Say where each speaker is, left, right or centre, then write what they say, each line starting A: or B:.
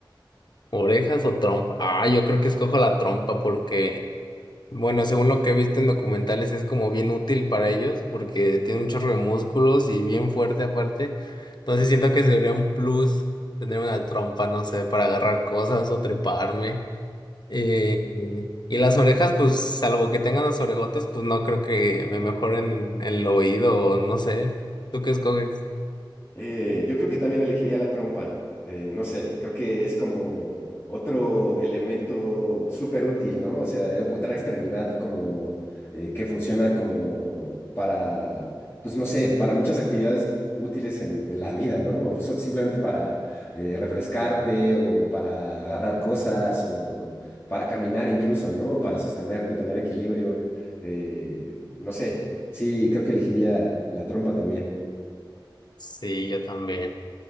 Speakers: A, on the left; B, on the left.
A: ¿Orejas o trompa? Ah, yo creo que escojo la trompa porque, bueno, según lo que he visto en documentales es como bien útil para ellos porque tiene un chorro de músculos y bien fuerte aparte. Entonces siento que sería un plus tener una trompa, no sé, para agarrar cosas o treparme. Eh, y las orejas, pues salvo que tengan las orejotas, pues no creo que me mejoren en el oído o no sé. ¿Tú qué escoges?
B: Eh, yo creo que también elegiría la trompa. Eh, no sé, creo que es como otro elemento súper útil, ¿no? O sea, eh, otra extremidad como eh, que funciona como para, pues no sé, para muchas actividades útiles en, en la vida, ¿no? O so- simplemente para eh, refrescarte o para agarrar cosas o para caminar incluso, ¿no? O para sostenerte, tener equilibrio. Eh, no sé, sí, creo que elegiría la trompa también.
A: Sí, yo también.